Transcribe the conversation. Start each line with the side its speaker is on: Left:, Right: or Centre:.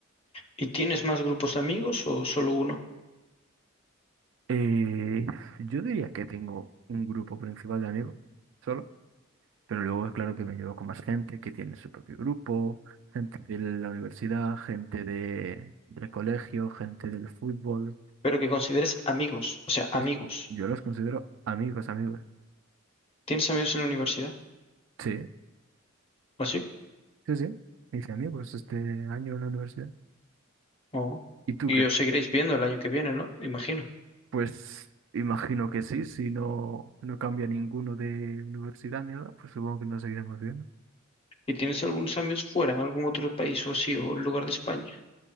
Left: ¿Y tienes más grupos de amigos o solo uno?
Right: Eh, yo diría que tengo un grupo principal de amigos solo, pero luego es claro que me llevo con más gente que tiene su propio grupo, gente de la universidad, gente de, del colegio, gente del fútbol.
Left: Pero que consideres amigos, o sea,
Right: Sí,
Left: amigos.
Right: sí. Yo los considero amigos, amigos.
Left: ¿Tienes amigos en la universidad?
Right: Sí,
Left: ¿O así?
Right: sí, sí. Me hice amigos este año en la universidad.
Left: ¿O?
Right: ¿Y tú
Left: Y
Right: qué?
Left: os seguiréis viendo el año que viene, ¿no? Imagino.
Right: Pues imagino que sí, si no, no cambia ninguno de universidad ni nada, pues supongo que nos seguiremos viendo.
Left: ¿Y tienes algunos amigos fuera, en algún otro país o así, o lugar de España?